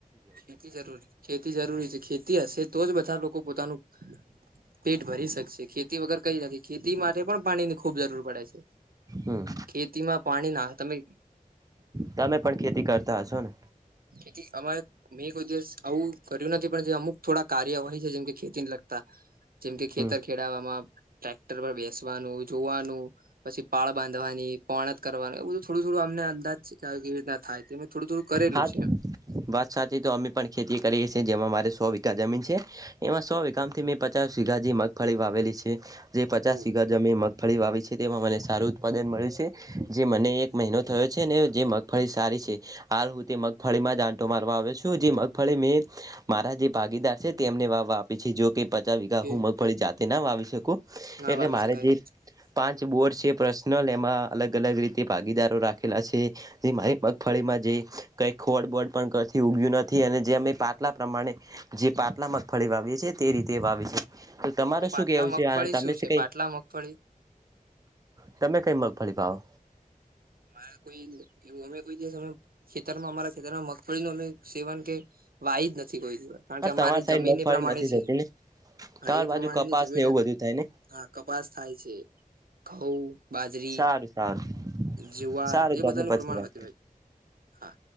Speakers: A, on the right (about 80°); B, on the right (about 25°).
A: ખેતી જરૂરી ખેતી જરૂરી છે, ખેતી હશે તો, જ બધા લોકો પોતાનું પેટ ભરી શકશે, ખેતી વગર કઈ નથી, ખેતી માટે પણ પાણીની ખૂબ જરૂર. પડે છે,
B: હમ
A: ખેતીમાં પાણી ના તમે
B: તમે પણ ખેતી કરતા હશો ને.
A: ખેતી અમારે મેં કોઈ દિવસ આવું કર્યું નથી, પણ જે અમુક થોડા કાર્ય હોય છે, જેમકે ખેતી ને લગતા, જેમ કે ખેતર
B: હમ
A: ખેડાવામાં ટ્રેક્ટર પર બેસવાનું જોવાનું. પછી પાળ બાંધવાની પોણત કરવાનું બધું, થોડું-થોડું અમને અંદાજ છે કે, કેવી રીતના થાય. થોડું-થોડું કરેલું
B: હા
A: છે. એમ
B: વાત સાચી તો, અમે પણ ખેતી કરીએ છીએ, જેમાં મારે સો વિગા જમીન છે. એમાં સો વિગામાંથી મે પચાસ વીઘા જેવી મગફળી વાવેલી છે, જે પચાસ
A: ઓકે
B: વીઘા જમીનમાં ફળી વાવી છે, તેમાં મને સારું ઉત્પાદન મળ્યું છે, જે મને એક મહિનો થયો. છે ને, જે મગફળી સારી છે, હાલ હું તે મગફળીમાં જ આટો મારવા આવ્યો છું, જે મગફળી મે મારા જે ભાગીદાર છે, તેમને વાવવા આપી છે, જોકે પચાસ વીઘા,
A: કે
B: હું મગફળી જાતે ના વાવી શકું.
A: ના
B: એટલે
A: વાવી
B: મારે
A: શકાય
B: જે પાંચ જે બોર્ડ છે, પર્સનલ એમાં અલગ અલગ રીતે ભાગીદારો રાખેલા છે, જે માહિ મગફળીમાં જેઈ કઈ ખોડ બોડ પણ કથી ઉગ્યું નથી, અને જે અમે પાટલા પ્રમાણે જે પાતલા મગફળી વાવીએ છીએ, તે રીતે વાવી છે. તો તમારે
A: પાટલા
B: શું કેવું
A: મગફળી
B: છે? આ તમે
A: શું છે
B: કઈ
A: પાટલા મગફળી
B: તમે કઈ મગફળી વાવો?
A: મારે કોઈ એવું અમે કોઈ દિવસ અમે ખેતરમાં અમારા ખેતરમાં મગ થોડી અમે સેવન કે, વાઈ જ નથી, કોઈ દિવસ કારણ
B: હા
A: કે અમારે
B: તમારી સાઈડ
A: જમીન
B: મગફળી
A: એ પ્રમાણે
B: નથી
A: છે.
B: થતી ને
A: હા,
B: તમારી
A: એ પ્રમાણે
B: બાજુ કપાસ
A: ની જમીન
B: ને એવું
A: હતી.
B: બધું થાય ને
A: હા, કપાસ થાય છે. ઘઉ, બાજરી.
B: સારું સારું,
A: જુવાર
B: સારું
A: એ
B: તો
A: બધાનું
B: આપડે,
A: પ્રમાણ
B: પછી વાત
A: વધુ
B: કરીએ.
A: હોય હા